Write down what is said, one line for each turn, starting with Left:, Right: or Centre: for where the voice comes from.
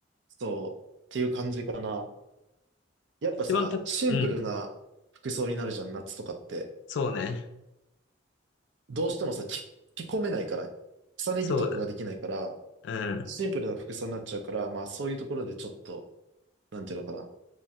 Right: そう、っていう感じかな。やっぱさ、
Left: 一番た、
Right: シンプルな服装になるじゃん、
Left: うん。
Right: 夏とかって。
Left: そうね。
Right: どうしてもさ、着、着込めないから、重ね着とかができないから、
Left: そうだ。うん。
Right: シンプルな服装になっちゃうから、まあそういうところでちょっと、なんていうのかな。